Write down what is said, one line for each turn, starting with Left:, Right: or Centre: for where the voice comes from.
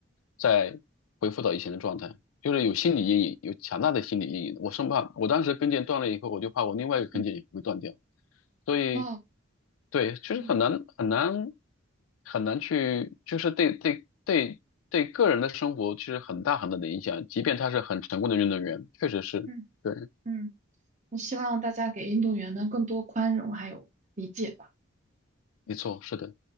Left: 再恢复到以前的状态。就是有心理阴影，有强大的心理阴影。我生怕我当时跟腱断了以后，我就怕我另外一个跟腱也会断掉。
Right: 嗯
Left: 所以，
Right: 哦
Left: 对，就是很难很难
Right: 嗯
Left: 很难去，就是对对对对个人的生活其实很大很大的影响。即便他是很成功的运动员，确实是，
Right: 嗯
Left: 对，
Right: 嗯，我希望大家给运动员们更多宽容还有理解吧。
Left: 没错，是的。